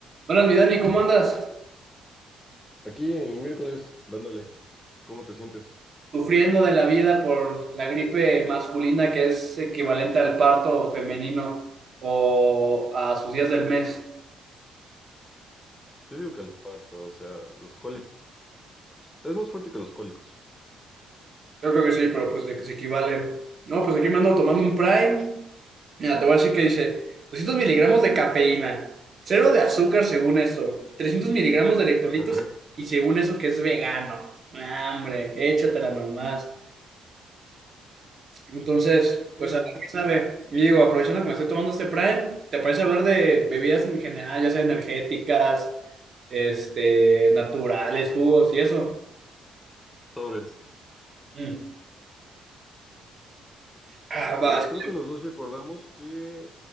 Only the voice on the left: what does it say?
Aquí en el miércoles, dándole, ¿cómo te sientes?
Yo digo que el parto, o sea, los cólicos, es más fuerte que los cólicos.
Ajá.
Sí,
sobres.
Bueno,
creo que los dos ya acordamos que